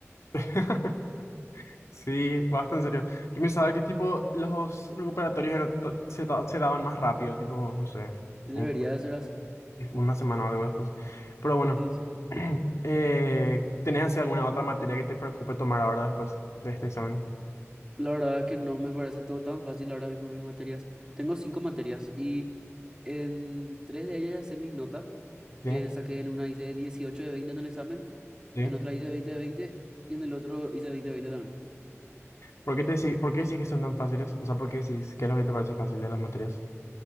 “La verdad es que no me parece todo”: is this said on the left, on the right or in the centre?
Right